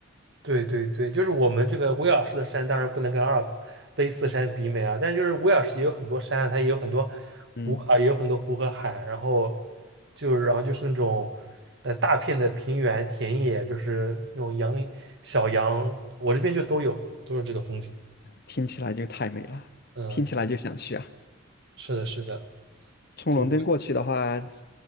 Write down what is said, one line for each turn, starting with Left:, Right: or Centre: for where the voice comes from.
Right: 对对对，就是我们这个威尔士的山，当然不能跟阿尔卑斯山比美啊，但是就是威尔士也有很多山啊，它也有很多湖啊，
Left: 嗯，
Right: 也有很多湖和海，然后就然后就是那种呃大片的平原田野，就是那种羊小羊，我这边就都有，都是这个风景。
Left: 听起来就太美了，
Right: 嗯，
Left: 听起来就想去啊。
Right: 对，是的，是的，
Left: 从伦敦过去的话，
Right: 对，